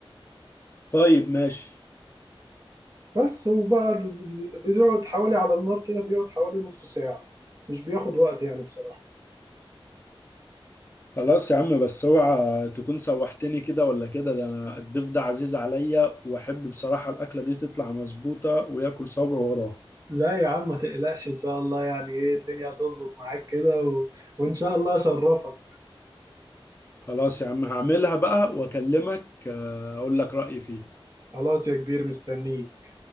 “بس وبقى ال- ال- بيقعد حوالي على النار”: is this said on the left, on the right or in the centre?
Right